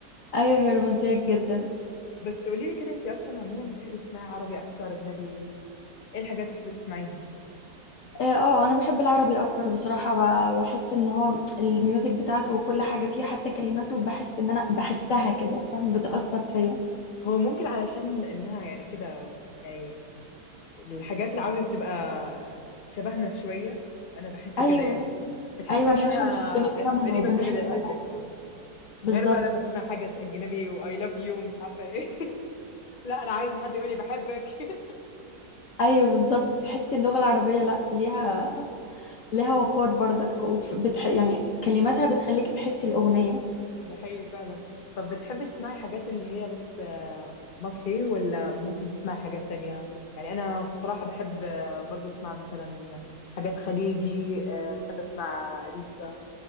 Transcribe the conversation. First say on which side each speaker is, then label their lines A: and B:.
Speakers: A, on the left; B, on the left.
A: أيوة هي رومانسية جدا
B: بس قولي لي كده انت اصلا عموما بتحبي تسمعي عربي اكتر اجنبي ايه الحاجات اللي بتحبي تسمعيها
A: اه آه، أنا بحب العربي أكتر بصراحة ب- بحس إن هو الميوزك بتاعته وكل حاجة فيه حتى كلماته بحس إن أنا بحسها كده فاهم بتأثر فيا
B: هو ممكن علشان انها يعني كده يعني الحاجات العربي بتبقى شبهنا شوية أنا بحس
A: أيوة
B: كده يعني بتحس
A: أيوة
B: إنها
A: عشان إحنا بنفهمها
B: قريبة
A: وبنحسها
B: كده لقلبك يعني
A: بالظبط
B: غير بقى لما تسمع حاجة أجنبي و I love you ومش عارفة إيه <laughs> لا أنا عايزة حد يقولي بحبك <laughs>
A: ايوه بالظبط تحسي اللغه العربيه لا ليها ليها وقار برضك وبتح... يعني كلماتها بتخليكي تحسي الاغنيه
B: ده حقيقي فعلا طب بتحبي تسمعي حاجات اللي هي بس آه، مصري ولا ممكن تسمعي حاجات تانية يعني أنا بصراحة بحب آه، برضو أسمع مثلا حاجات خليجي آه، بحب أسمع أليسا